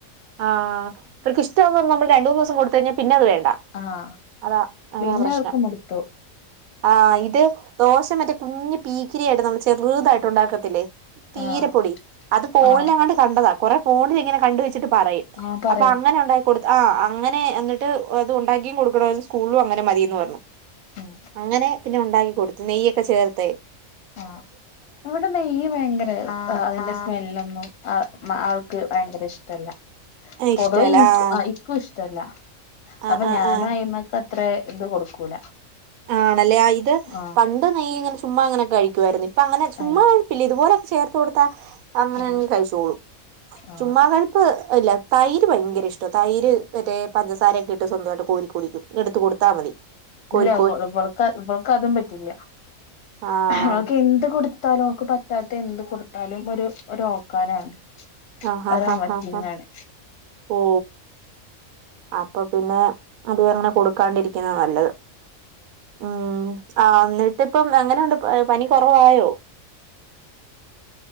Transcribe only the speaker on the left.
ആഹ്
പിന്നെ
അവർക്ക് മടുത്തു
ആഹ്
ആഹ്
ആഹ് പറയും
ഉം
ആ വിടെ നെയ്യ് ഭയങ്കര ആ ആ അതിന്റെ സ്മെല്ലൊന്നും ആ മ ആൾക്ക് ഭയങ്കര ഇഷ്ടല്ല പൊതുവ
ഇൻ
ഇക്കു ഇശ് ടല്ല
അപ്പൊ ഞാനും
അയി്മക്ക് അത്ര ഇത് കൊടുക്കൂല
ആഹ്
ആഹ്
ആഹ്
ആഹ്
ഇവ ഇവൾക്ക് അതും പറ്റില്ലക്ക്
അവൾക് എന്തു കൊടുത് മോക്ക് പറ്റാത്ത എന്ത് കൊടുത്താലും ഒരു ഒരു ഓക്കാനാണ്
ഒരു
ഒമറ്റിങ്ങാണ്